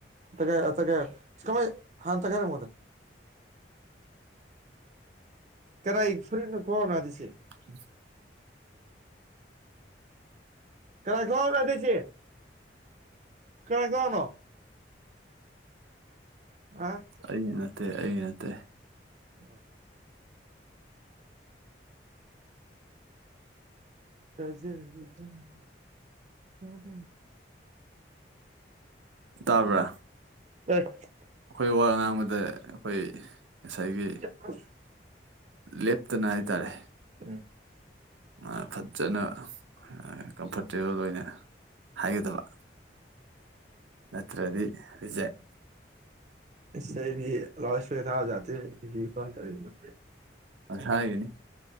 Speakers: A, on the right; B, on the right.
A: ꯇꯛꯈꯥꯏꯌꯣ ꯑꯗꯨ ꯇꯛꯈꯥꯏꯌꯣ ꯑꯁ ꯀꯃꯥꯏ ꯍꯥꯟ ꯑꯝꯇ ꯇꯛꯈꯥꯏꯔꯝꯃꯣ ꯑꯗꯣ ꯀꯅꯥꯏ ꯐꯨꯔꯤꯠꯅꯣ ꯈꯪꯒꯥꯎꯅꯣ ꯑꯥꯗꯩꯁꯦ
B: <unintelligible>
A: ꯀꯅꯥꯏ ꯈꯪꯒꯥꯎꯅꯣ ꯑꯥꯗꯩꯏꯁꯦ ꯀꯅꯥꯏ ꯈꯪꯒꯥꯎꯅꯣ ꯑꯥ
B: ꯑꯩꯒꯤ ꯅꯠꯇꯦ ꯑꯩꯒꯤ ꯅꯠꯇꯦ
A: ꯑꯣ <unintelligible> <unintelligible>
B: ꯇꯥꯕ꯭ꯔꯥ ꯑꯩꯈꯣꯏ ꯋꯥ ꯉꯥꯡꯕꯗ ꯑꯩꯈꯣꯏ ꯉꯁꯥꯏꯒꯤ
A: <unintelligible>
B: ꯂꯦꯞꯇꯅ ꯍꯥꯏꯇꯥꯔꯦ
A: ꯎꯝ
B: ꯃꯥ ꯐꯖꯅ ꯑ ꯀꯝꯐꯣꯔꯇꯦꯕꯜ ꯑꯣꯏꯅ ꯍꯥꯏꯒꯗꯕ ꯅꯠꯇ꯭ꯔꯗꯤ ꯔꯤꯖꯦꯛ
A: ꯏꯁ ꯑꯩꯗꯤ ꯂꯥꯎꯠ ꯁ꯭ꯄꯤꯀꯔ ꯊꯥꯕ ꯌꯥꯇꯦꯅꯦ ꯁꯤꯗꯤ ꯀꯃꯥꯏꯟ ꯇꯧꯔꯤꯕ
B: ꯃꯁꯥꯒꯤꯅꯤ